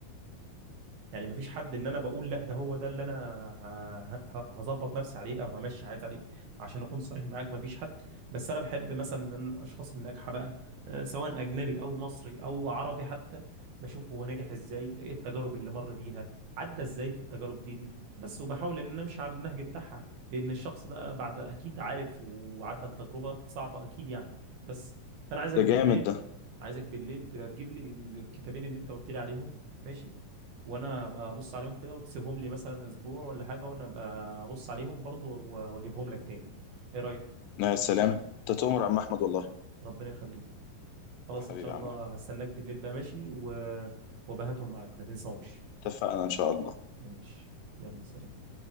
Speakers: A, on the right; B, on the left.
A: يعني مفيش حد ان انا بقول لا ده هو ده اللي انا ه- ه- هظبط نفسي عليه او همشي حياتي عليه عشان اكون صريح معاك مفيش حد بس انا بحب مثلا ان أنا الاشخاص الناجحه بقى آه، سواء اجنبي او مصري او عربي حتى بشوف هو ناجح ازاي ايه التجارب اللي مر بيها عدى ازاي في التجارب دي دي بس وبحاول ان انا امشي على النهج بتاعها لان الشخص ده بعد اكيد عارف وعدى بتجربه صعبه اكيد يعني بس فانا عايزك
B: ده
A: بالليل
B: جامد ده
A: عايزك بالليل تبقى تجيب لي الكتابين اللي انت قلت لي عليهم ماشي وانا ابقى ابص عليهم كده وتسيبهم لي مثلا اسبوع ولا حاجه وانا ابقى ابص عليهم برضو و- واجيبهم لك تاني ايه رايك
B: يا سلام انت تؤمر عم احمد والله
A: ربنا يخليك خلاص
B: يا حبيبي
A: ان شاء الله
B: يا عم احمد
A: هستناك بالليل بقى ماشي و... وبهاتهم معاك ما تنساهمش
B: اتفقنا ان شاء الله
A: ماشي يلا سلام